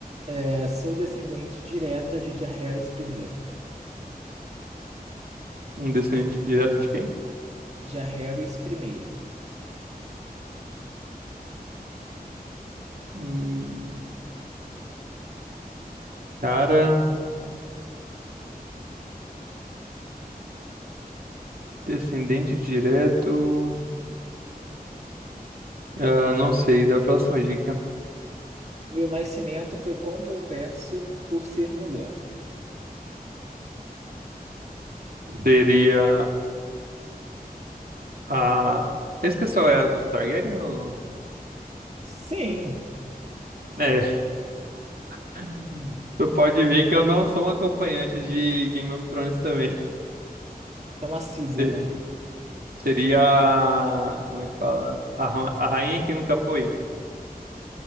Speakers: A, on the right; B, on the right.
A: É, sou descendente direta de Jaehaerys Harris primeiro.
B: Um descendente direto de quem?
A: Jaehaerys Harris primeiro.
B: Hum, cara, descendente direto. Ah, não sei, da próxima dica.
A: Meu nascimento foi controverso por ser mulher.
B: Seria a. Esse pessoal é dos Targaryen ou não?
A: Sim,
B: É. <laughs> Tu pode ver que eu não sou um acompanhante de Game of Thrones também.
A: tão assíduo,
B: Se-
A: né?
B: Seria. a- Como é que fala? A ra- a rainha que nunca foi,